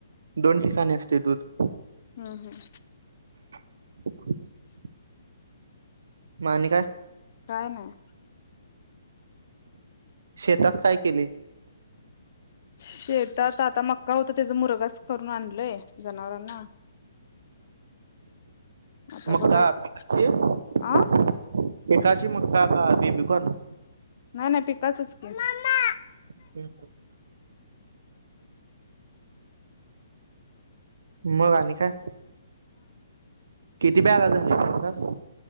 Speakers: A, on the right (about 65°); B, on the left (about 50°).
A: दोन ठिकाणी असतय दूध
B: हम्म हम्म हम्म
A: <inaudible> म आणि काय
B: काय नाय.
A: शेतात काय केली?
B: शेतात आता मक् का होत त्याचा मुरगास करून आणलंय जनावरांना आता
A: मका
B: बघायच
A: <unintelligible>
B: आ
A: काची मक्का का बेबी कॉर्न
B: नाय नाय पिकांचच की मम्मा
A: <inaudible> मग आणि काय? ते बॅनर झालं की मगास